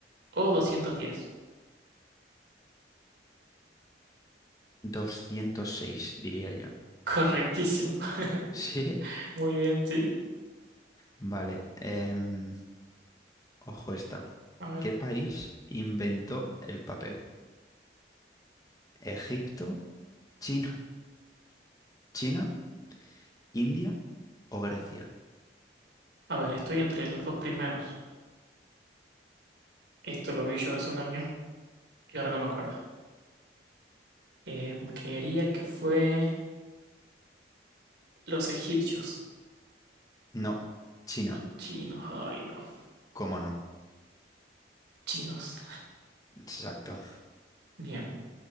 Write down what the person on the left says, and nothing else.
doscientos seis, diría yo. <laughs>
Sí,
vale. em, ojo esta.
¿Qué país inventó el papel? ¿Egipto, China, China, India o Grecia?
No, China.
¿Cómo no?
Exacto.